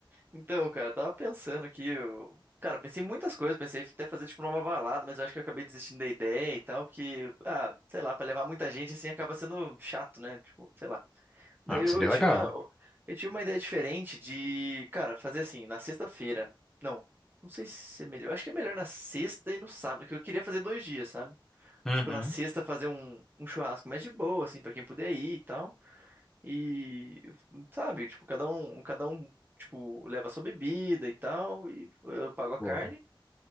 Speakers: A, on the right; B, in the centre.
A: então, cara, eu tava pensando aqui, eu- cara, pensei em muitas coisas, pensei até fazer tipo uma balada, mas eu acho que eu acabei desistindo da ideia e tal, porque, ah, sei lá, pra levar muita gente assim acaba sendo chato, né? Tipo, sei lá. Daí
B: Ah, mas
A: eu
B: seria
A: tive,
B: legal.
A: a- eu tive uma ideia diferente de, cara, fazer assim, na sexta-feira. Não, não sei se é melhor. Eu acho que é melhor na sexta e no sábado, que eu queria fazer dois dias, sabe?
B: Uhum,
A: Tipo, na sexta fazer um, um churrasco mais de boa, assim, pra quem puder ir e tal. E, sabe, tipo, cada um, cada um, tipo, leva a sua bebida e tal, e eu pago a
B: boa.
A: carne.